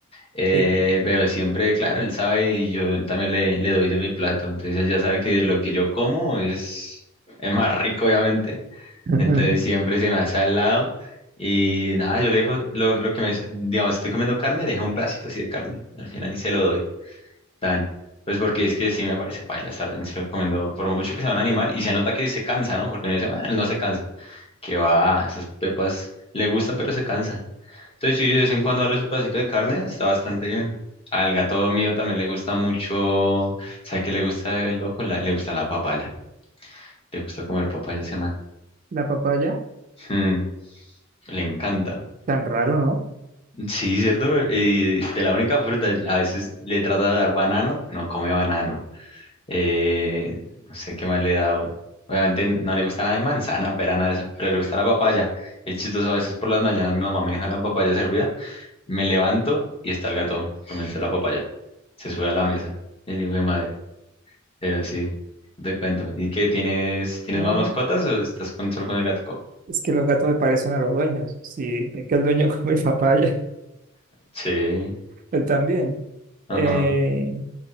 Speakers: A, on the left; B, on the right.
A: eh,
B: Sí.
A: pero siempre, claro, él sabe y yo también le, le doy de mi plato. Entonces él ya sabe que de lo que yo como es, es más rico, obviamente.
B: Ujú.
A: Entonces siempre se me hace al lado. Y nada, yo le dejo lo, lo que me, digamos, estoy comiendo carne, le dejo un pedacito así de carne. Al final y se lo doy. Tan. Pues porque es que sí me parece paila estar en serio comiendo, por mucho que sea un animal, y se nota que se cansa, ¿no? Porque uno dice, bueno, él no se cansa. Que va, esas pepas le gustan, pero se cansan. Entonces, sí, de vez en cuando darle su pedacito de carne, está bastante bien. Al gato mío también le gusta mucho, ¿sabe qué le gusta el loco? La- le gusta la papaya. Le gusta comer papaya a ese man.
B: La papaya,
A: Mm, le encanta.
B: tan raro, ¿no?
A: Sí, cierto. Eh, de la única fruta, a veces le trata de dar banano, no come banano. Eh, no sé qué más le he dado. Obviamente no le gusta nada de manzana, pera, nada de eso, pero le gusta la papaya. Es chistoso, a veces por las mañanas mi mamá me deja la papaya servida, me levanto y está el gato comiéndose la papaya. Se sube a la mesa, el hijo de madre. Pero sí, te cuento. ¿Y qué tienes? ¿Tienes
B: Ah,
A: más mascotas o estás con, solo con el gatico?
B: es que los gatos le parecen a los dueños. Sí, es que el dueño come <laughs> papaya,
A: Sí,
B: él también.
A: ajá.
B: Eh,